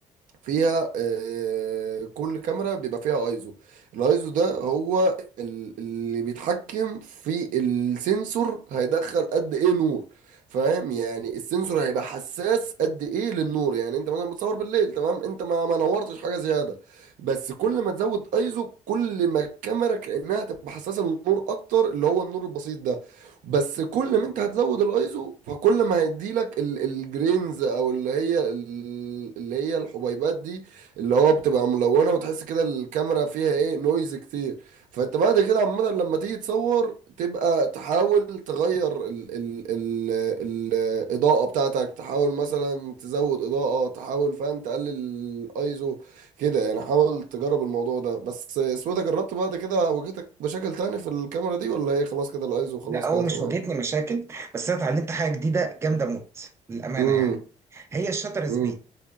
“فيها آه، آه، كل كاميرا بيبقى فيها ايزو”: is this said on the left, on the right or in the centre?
Right